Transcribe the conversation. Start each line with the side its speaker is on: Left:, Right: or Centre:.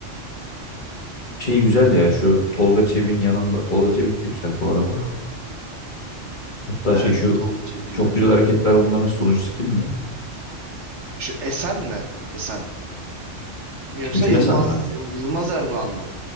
Left: şey güzel ya şu Tolga Çevik'in yanında Tolga Çevik de güzel bu arada. Hatta
Right: Evet,
Left: şey şu
Right: Tolga Çevik güzel.
Left: çok güzel hareketler bunların sunucusu kimdi?
Right: Şu Esen mi? Esen. Yoksa
Left: Timuçin
Right: Yılmaz
Left: Esen mi?
Right: Yıl- Yılmaz Erdoğan mı?